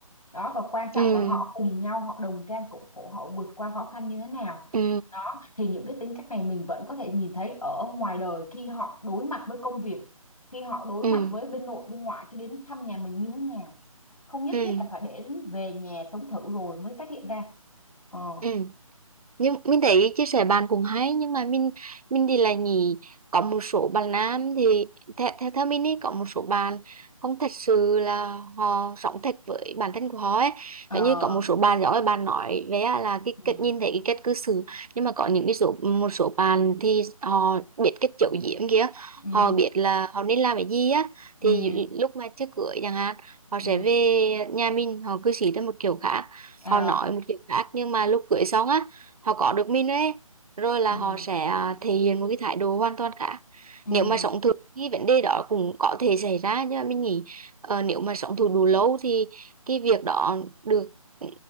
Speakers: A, on the left (about 85°); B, on the right (about 85°).
A: đó và quan trọng
B: ừ
A: là họ cùng nhau họ đồng cam cộng khổ họ vượt qua khó khăn như thế nào
B: ừ
A: đó thì những cái tính cách này mình vẫn có thể nhìn thấy ở ngoài đời khi họ đối mặt với công việc khi họ đối
B: ừ
A: mặt với bên nội bên ngoại khi đến thăm nhà mình như thế nào không nhất
B: ừ
A: thiết là phải để đến về nhà sống thử rồi mới phát hiện ra ờ
B: ừ nhưng mình thấy chia sẻ bạn cũng hay nhưng mà mình mình thì là nghĩ có một số bạn nam thì theo theo, theo mình ý có một số bạn không thật sự là họ sống thật với bản thân của họ ấy
A: ờ
B: giống như có một số bạn giỏi bạn nói về á là cái
A: ừ
B: cách nhìn thấy cái cách cư xử nhưng mà có những cái số một số bạn thì họ biết cách giấu giếm kia
A: ừ
B: họ biết là họ nên làm cái gì á
A: ừ
B: thì lúc mà trước cưới chẳng hạn họ
A: ừ
B: sẽ về nhà mình họ cư xử theo một kiểu khác
A: ờ
B: họ nói một kiểu khác nhưng mà lúc cưới xong á họ có được mình ấy rồi là
A: ừ
B: họ sẽ à, thể hiện một cái thái độ hoàn toàn khác
A: ừ
B: nếu mà sống thử cái vấn đề đó cũng có thể xảy ra nhưng mà mình nghĩ ờ, nếu mà sống thử đủ lâu thì cái việc đó được ừ,